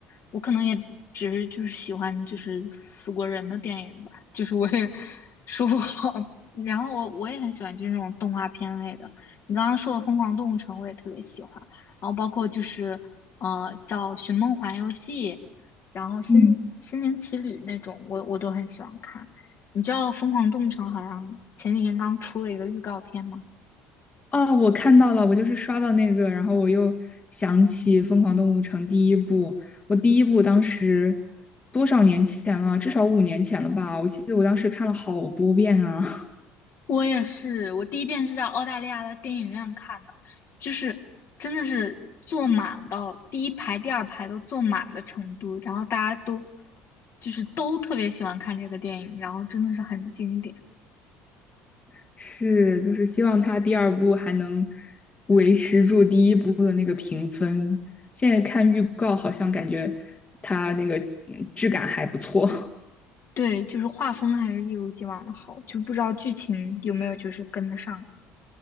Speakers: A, on the left; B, on the left.
A: 我可能也只是就是喜欢就是死过人的电影吧，就是我也 <laughs> 说不好。然后我我也很喜欢就是那种动画片类的。你刚刚说的《疯狂动物城》，我也特别喜欢。然后包括就是呃叫《寻梦环游记》，然后心心灵奇旅那种，
B: 嗯。
A: 我我都很喜欢看。你知道《疯狂动物城》好像前几天刚出了一个预告片吗？
B: 哦，我看到了，我就是刷到那个，然后我又想起《疯狂动物城》第一部。我第一部当时多少年前了？至少五年前了吧？我记得我当时看了好多遍啊。
A: 我也是，我第一遍是在澳大利亚的电影院看的，就是真的是坐满到第一排、第二排都坐满的程度，然后大家都就是都特别喜欢看这个电影，然后真的是很经典。
B: <laughs> 是，就是希望它第二部还能维持住第一部的那个评分。现在看预告，好像感觉它那个嗯质感还不错。
A: 对，就是画风还是一如既往的好，就不知道剧情有没有就是跟得上。